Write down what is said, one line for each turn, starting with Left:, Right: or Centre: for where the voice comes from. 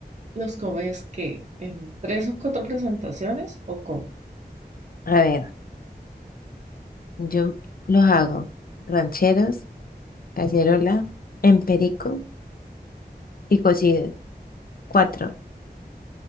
Right: los comes que en tres o cuatro presentaciones o con,
Left: A ver, yo los hago rancheros, cacerola, emperico y cocido. Cuatro.